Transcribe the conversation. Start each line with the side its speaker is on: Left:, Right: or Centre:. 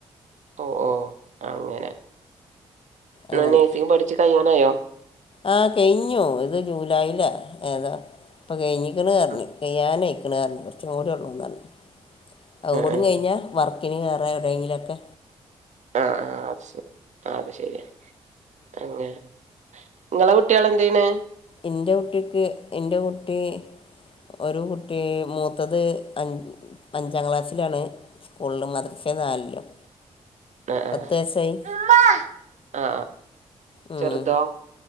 Right: ഓ ഓ അങ്ങനെ ന്നാ
Left: അങ്ങനെ
Right: നെഴ്സിങ് പഠിച്ച് കഴിയാനായോ
Left: ആ കഴിഞ്ഞു ഇത് ജൂലൈലാഏതാ ഇപ്പ കഴിഞ്ഞ് ക്ണ്റഞ്ഞു
Right: ആഹ്
Left: കഴിയാഞ്ഞയ്ക്ണ്ർഞ്ഞു കൊറച്ചുകൂടൃള്ളൂന്നർഞ്ഞു ഔകൂടിംകഴിഞ്ഞാവർക്ക്
Right: ആഹ്
Left: <unintelligible> പക്കിന് കയറ എവിടെയങ്കിലൊക്കെ
Right: അ ആ അത് ശരി ആ അത് ശരിയാ അങ്ങനെ ങ്ങളെ കുട്ടൃൾ എന്തെയ്യ്ണ്
Left: ഇൻ്റെ കുട്ടിക്ക് ഇൻ്റെ കുട്ടീ ഒരു കുട്ടീ മൂത്തത് അഞ്ച് അഞ്ചാം ക്ലാസ്സിലാണ് ഉള്ള് മതർസി നാലിലും
Right: അ
Left: പത്ത് വയസ്സായി
Right: ആ <unintelligible> ആ
Left: ഉം.
Right: ചെറുതോ